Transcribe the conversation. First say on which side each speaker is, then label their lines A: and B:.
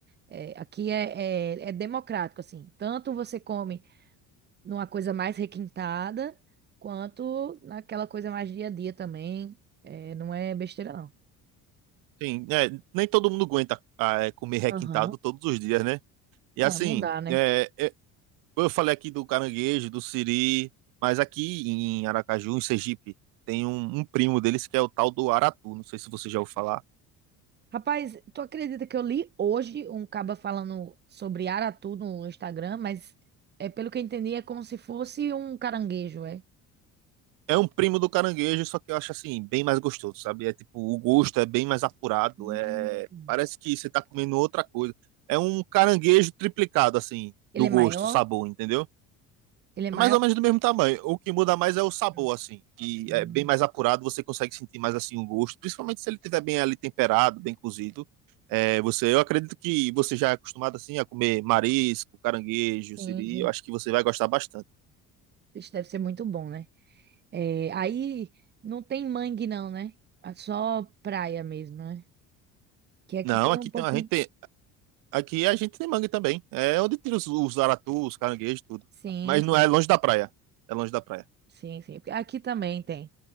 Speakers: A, on the right; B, on the right.
A: É, aqui é, é, é democrático, assim. Tanto você come numa coisa mais requintada, quanto naquela coisa mais dia a dia também. É, não é besteira, não.
B: sim É, nem todo mundo aguenta ah, é, comer requintado
A: Aham.
B: todos os dias, né? E
A: Não,
B: assim,
A: não dá, né?
B: é, Eu falei aqui do caranguejo, do siri, mas aqui em Aracaju, em Sergipe, tem um, um primo deles que é o tal do aratu. Não sei se você já ouviu falar.
A: Rapaz, tu acredita que eu li hoje um caba falando sobre aratu no Instagram, mas é pelo que eu entendi, é como se fosse um caranguejo, é?
B: É um primo do caranguejo, só que eu acho assim, bem mais gostoso, sabe? É tipo, o gosto é bem mais apurado,
A: Hum,
B: é... parece que você tá comendo outra coisa. É um caranguejo triplicado, assim,
A: Ele
B: do
A: é
B: gosto,
A: maior?
B: sabor, entendeu?
A: Ele é maior?
B: É mais ou menos do mesmo tamanho. O que muda mais é o sabor,
A: Hum.
B: assim, que
A: hum.
B: é bem mais apurado, você consegue sentir mais assim o gosto, principalmente se ele estiver bem ali temperado, bem cozido. É, você, eu acredito que você já é acostumado assim a comer marisco, caranguejo,
A: Sim,
B: siri,
A: sim.
B: eu acho que você vai gostar bastante.
A: Isso deve ser muito bom, né? É, aí não tem mangue, não, né? É só praia mesmo, né? Que aqui
B: Não,
A: tem
B: aqui
A: um pouquinho.
B: tem a gente tem, aqui a gente tem mangue também. É onde tira os, os aratus, os caranguejos, tudo.
A: Sim,
B: Mas
A: sim,
B: não é longe da praia. É longe da praia.
A: sim, sim. Porque Aqui também tem.